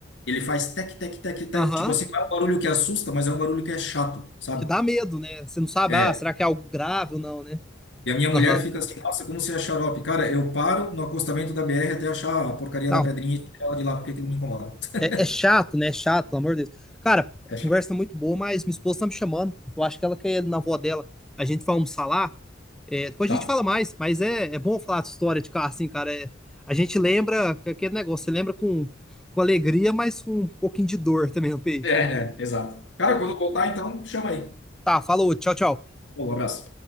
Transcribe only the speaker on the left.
Ele faz tec, tec, tec, tec.
Tipo assim, não é um barulho que assusta, mas é um barulho que é chato, sabe?
É,
E a minha
mulher fica assim, nossa, como você é xarope. Cara, eu paro no acostamento da BR até achar a porcaria
da pedrinha e tirar ela de lá, porque aquilo me incomoda. <laughs>
É
chato.
Tá.
É, é, exato. Cara, quando voltar, então, chama aí.
Pô, um abraço.